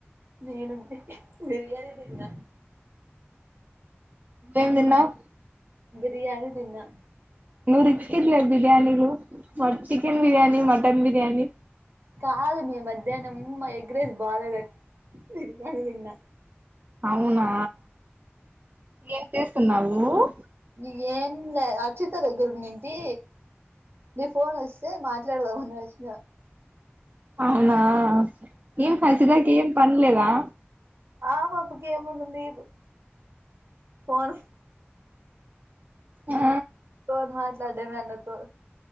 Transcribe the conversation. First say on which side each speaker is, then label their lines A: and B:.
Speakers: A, on the right; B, on the right.
A: నేను ఉంటే బిర్యాని తిన్న
B: నువ్వేం తిన్నవ్
A: బిర్యాని తిన్న
B: ను రిచ్ కిడ్ లే బిర్యానీలు మ చికెన్ బిర్యానీ మటన్ బిర్యానీ
A: కాదు మే మధ్యాహ్నం మా ఎగ్ రైస్ బాగలేదని బిర్యాని తిన్నా,
B: అవునా ఏం చేస్తున్నావు ఊ
A: నీకేం లే అచ్చితదగ్గర ఉండుంటి నీ ఫోన్ వస్తే మాట్లాడదమని వచ్చినా
B: అవునా ఏం అసిధకు ఏం పని లేదా
A: ఆ పాపకేం ఎం ఉనిది ఫోన్
B: ఆ
A: ఫోన్ మాట్లాడమే అందరితో,